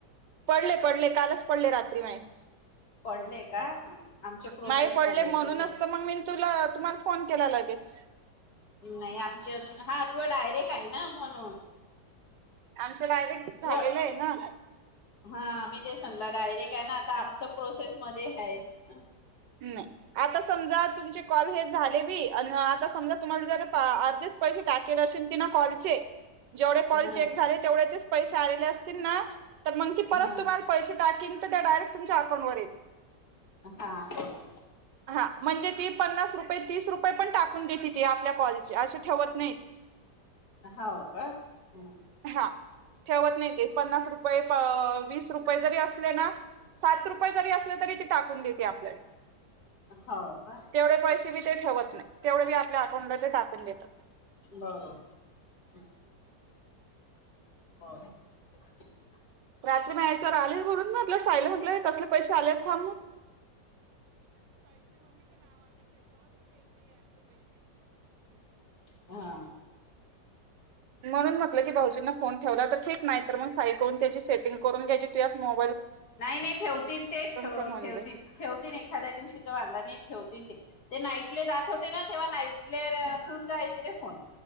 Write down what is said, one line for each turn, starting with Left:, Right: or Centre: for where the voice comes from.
Right: पडले पडले कालच पडले रात्री माझे
Left: पडले का हा आमच्या प्रोसेस
Right: माझे पडले
Left: मध्ये आहे
Right: म्हणूनच
Left: तिचे.
Right: मग मी तुला तुम्हाला फोन ल लागेच
Left: नाही आमची अजून हा तू डायरेक्ट आहे ना म्हणून
Right: आमचे डायरेक्ट झालेलं
Left: व
Right: आहे ना
Left: हा आम्ही ते म्हणला डायरेक्ट आहे ना आता आमचं प्रोसेस मध्ये आहेत ना.
Right: नाही आता समजा तुमचे कॉल हे झाले बी अ आता समजा तुम्हाला जर अर्धेच पैसे टाकेल असेल ती ना कॉलचे जेवढे कॉल
Left: हा
Right: चेक झाले तेवढेच पैसे आलेले असतील ना. तर मग ती परत
Left: हा
Right: तुम्हाला पैसे टाकेल. त्या डायरेक्ट तुमच्या अकाउंटवर येतील.
Left: हा बरोबर
Right: हा म्हणजे ती पन्नास रुपये तीस रुपये पण टाकून घेत ती आपल्या कॉलशी ठेवत नाही.
Left: हा का हम
Right: हा ठेवत नाही ते पन्नास रुपये वीस रुपये जरी असले ना सात रुपे अस तरी त टाकून देते आप
Left: हो का
Right: तेवढे पैसे बी ते ठेवत नाही. तेवढे मी आपल्या अकाउंटला ते टाकून देतात.
Left: बरोबर ब <unintelligible>
Right: रात्री म याच्यावर आली म्हणून म्हटलं साईला म्हंटलं कसले पैसे आलेत थांब.
Left: हा.
Right: म्हणून म्हटलं की भाऊजींना फोन ठेवला तर ठीक नाही तर मग साई करून त्याची सेटिंग करून घ्याची त मो.
Left: नाही नाही ठेवतील ते ठेवतील
Right: पण होऊन जाईल
Left: ठेवतील एखाद्या दिवशी तरांला नाही ठेवतील ते ते नाहीईट. ले जात होते ना तेव्हा नाईट ठेवून जायचे र फोन.